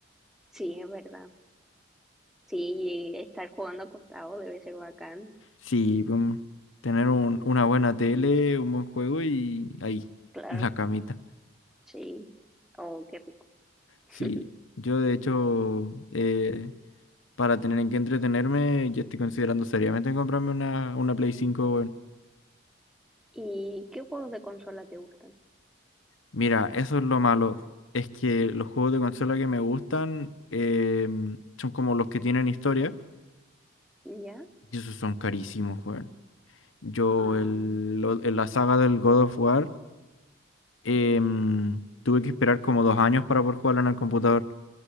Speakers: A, in the centre; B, on the left (about 85°).
A: Sí, es verdad. Sí, estar jugando acostado debe ser bacán,
B: Sí, pum, tener un- una buena tele, un buen juego y ahí,
A: claro,
B: <laughs> en la camita.
A: sí. Oh, qué rico. <laughs>
B: Sí, yo de hecho, eh, para tener en qué entretenerme, ya estoy considerando seriamente en comprarme una, una Play 5,
A: ¿Y qué juegos de consola te gustan?
B: Mira, eso es lo malo. Es que los juegos de consola que me gustan em, son como los que tienen historia.
A: ¿Ya?
B: Y esos son carísimos, weón. Yo
A: Ah,
B: el, lo- en la saga del God of War em, tuve que esperar como dos años para poder jugarlo en el computador.